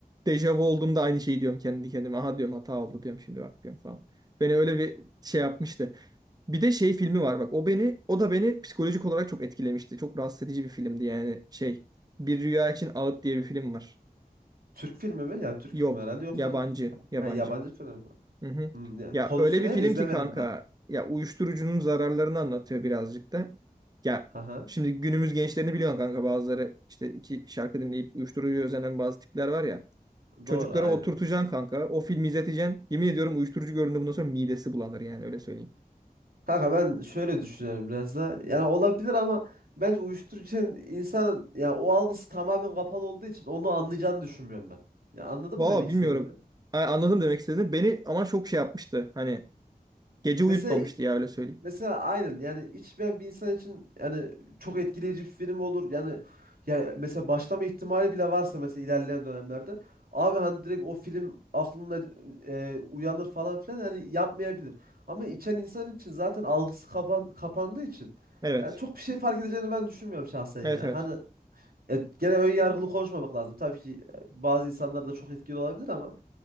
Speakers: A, on the right; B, on the right.
A: dejavu olduğumda aynı şeyi diyorum kendi kendime. Aha diyorum hata oldu diyorum şimdi bak diyorum falan. Beni öyle bir şey yapmıştı. Bir de şey filmi var bak. O beni o da beni psikolojik olarak çok etkilemişti. Çok rahatsız edici bir filmdi yani şey. Bir Rüya için Ağıt diye bir film var.
B: Türk filmi mi? Ya Türk
A: Yok.
B: filmi herhalde yoksa
A: Yabancı. Yabancı.
B: ha, yabancı film mi?
A: Hı hı.
B: Hmm, ya-
A: Ya
B: konusu
A: öyle bir
B: ne?
A: film
B: İzlemedim
A: ki kanka
B: ben.
A: ya uyuşturucunun zararlarını anlatıyor birazcık da. Ya
B: Haha.
A: şimdi günümüz gençlerini biliyorsun kanka bazıları işte iki şarkı dinleyip uyuşturucuya özenen bazı tipler var ya. Çocuklara
B: Doğru aynen.
A: oturtacaksın kanka o filmi izleteceksin. Yemin ediyorum uyuşturucu gördüğünde bundan sonra midesi bulanır yani öyle söyleyeyim.
B: Kanka ben şöyle düşünüyorum biraz da. Yani olabilir ama bence uyuşturucunun insanın yani o algısı tamamen kapalı olduğu için onu anlayacağını düşünmüyorum ben. Ya anladın
A: Valla
B: mı demek
A: bilmiyorum.
B: istediğimi?
A: Ha, anladım demek istediğini. Beni ama çok şey yapmıştı. Hani gece uyutmamıştı
B: Mesela
A: ya öyle söyleyeyim.
B: Mesela aynen yani hiç ben bir insan için yani çok etkileyici bir film olur. Yani ya mesela başlama ihtimali bile varsa mesela ilerleyen dönemlerde abi hani direkt o film aklında e, uyanır falan filan hani yapmayabilir. Ama içen insan için zaten algısı kapan, kapandığı için
A: Evet.
B: yani çok bir şey fark edeceğini ben düşünmüyorum şahsen ya.
A: Evet evet.
B: Hani e, gene ön yargılı konuşmamak lazım. Tabii ki e, bazı insanlar da çok etkili olabilir ama